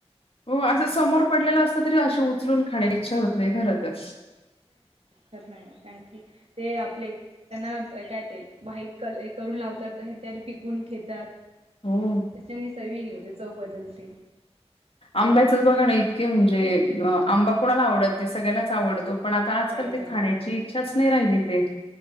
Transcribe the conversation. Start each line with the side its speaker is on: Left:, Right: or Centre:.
Left: हो असं
Right: हम्म
Left: समोर पडलेलं असलं तरी अशी उचलून खाण्याची इच्छा होते खर तर
Right: खर नाही कारण ते आपले थँक्यू ते आपले त्यांना काय ते वाईट क करून लावतात हे त्यांनी पिकून खेतात.
Left: हो
Right: त्याच्यानी सर्वि नि होते चव बदलते.
Left: आंब्याचं बघा ना इतके म्हणजे आंबा कोणाला आवडत नाही सगळ्यांनाच आवडतो. पण आता आजकाल
Right: सगळ्याच
Left: ते
Right: आवडते
Left: खाण्याची इच्छाच नाही राहिली ते.